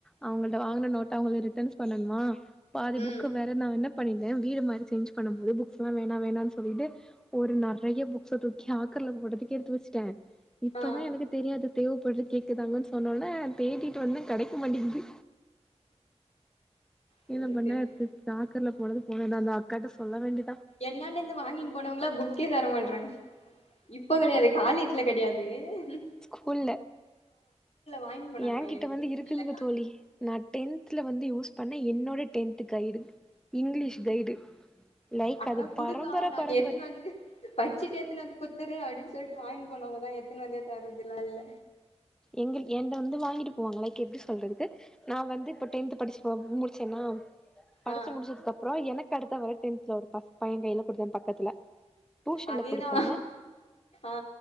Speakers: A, in the centre; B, on the left.
A: அவுங்கள்ட்ட வாங்குன நோட்ட அவுங்களுக் ரிட்டர்ன் பண்ணணுமா பாதி
B: ம்
A: புக்கு வேற நா என்ன பண்ணிருந்த வீடு மாறி சேஞ்ச் பண்ணும் போது புக்ஸ்லா வேணா வேணான்னு சொல்லிட்டு ஒரு நெறைய புக்ஸ தூக்கி ஆக்க த்துல போட்றதுக்கு எடுத்து வச்ட்ட இப்பதா
B: ஆ
A: எனக்கு தெரியு அது தேவப்படுது கேக்குதாங்கன்னு சொன்னோன்னே தேட்டிட்டு வந்த கடைக்க மாட்டிங்குது
B: செரி
A: என்ன பண்ண
B: செரி
A: த தாக்கர்ல போனது போனதுதா அந்த அக்காட்ட சொல்ல வேண்டி
B: என்னாண்டு இருந்து வாங்கின்னு போனவங்கல்லா புக்கே தர மாட்றாங்க இப்ப கெடையாது
A: இங்
B: காலேஜ்ல கெடையாது இது
A: ஸ்கூல்ல
B: வாங்கின்னு போனாங்க
A: எங்கிட்ட
B: எனக்கு
A: வந்து
B: புக்
A: இருக்குதுங்க
B: இல்லக்கா
A: தோழி நான் டென்தல வந்து யூஸ் பண்ண என்னோட tenth guide English guide like
B: அக்கா
A: அது
B: குடுக்கா
A: பரம்பர
B: நா
A: பரம்பர
B: எத்துன்னு வந்து படிச்சுட்டு எத்துன்னு வந்து குடுத்துற அப்படின்னு சொல்லிட்டு வாங்கன் போனங்வகதா எத்துன்னு வந்தே தர்தெல்லா இல்ல
A: எங்கள் ஏன்ட்ட வந்து வாங்கிட்டு போவாங்க லைக் எப்படி சொல்றது நா வந்து இப்ப டென்த்து படிச்சு போ முடிச்சேன்னா படிச்சு
B: ஆ
A: முடிச்சதுக்கப்புற எனக்கு அடுத்த வர டென்த்ல ஒரு பச பைய கையில குடுத்த பக்கத்துல டூஷன்ல
B: அதேதா
A: குடுத்த
B: ஆ